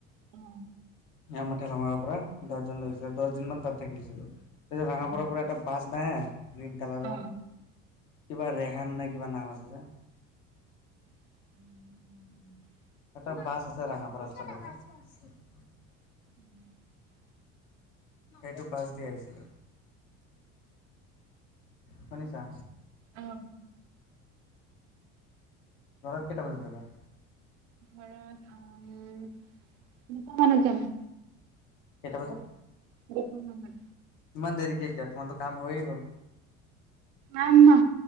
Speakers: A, on the right; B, on the left.
A: অঁ।
B: আমাৰ ঠেলামাৰ পৰা দহজন লৈ গৈছিল আৰু দহ দিন মান তাত থাকিছিলো তাৰপিছত ৰঙাপাৰাৰ
A: উম,
B: পৰা এটা বাছ না গ্ৰীণ কালাৰৰ
A: অ
B: কিবা ৰেহান নে কিবা নাম আছে যে
A: <inaudible>
B: এটা বাছ আছে ৰঙাপাৰা <unintelligible>
A: <inaudible>
B: সেইটো বাছ দি আহিছিলো। শুনিছা?
A: অঁ।
B: ঘৰত কেইটা বজাত যাবা?
A: ঘৰত উম দুুটা মানত যাম।
B: কেইটা বজাত?
A: এতিয়া কোনো নাই
B: ইমান দেৰিকে কিয় তোমাৰতো কাম হৈয়ে গ'ল
A: নাই না